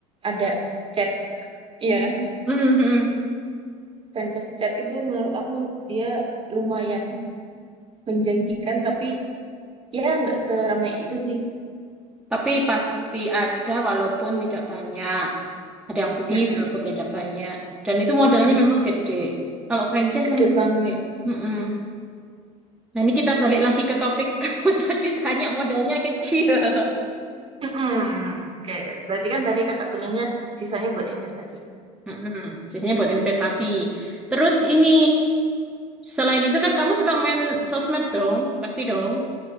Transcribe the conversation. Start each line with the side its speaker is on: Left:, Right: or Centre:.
Right: Ada Chat, iya kan?
Centre: Mm, mm, mm.
Right: Franchise Chat itu menurut aku dia lumayan menjanjikan tapi ya nggak seramai itu sih.
Centre: Tapi pasti ada walaupun tidak banyak. Ada yang beli
Right: Mm-mm.
Centre: walaupun tidak banyak. Dan itu modalnya
Right: Mm-mm.
Centre: memang gede. Kalau franchise
Right: Gede
Centre: emang
Right: banget.
Centre: gede. Mm, mm. Nah, ini kita balik lagi ke topik <laughs> kamu tadi tanya modalnya kecil. <laughs>
Right: Mm-mm. Oke, berarti kan tadi kakak bilangnya sisanya buat investasi.
Centre: Mm-mm. Biasanya buat investasi. Terus ini, selain itu kan kamu suka main sosmed dong? Pasti dong.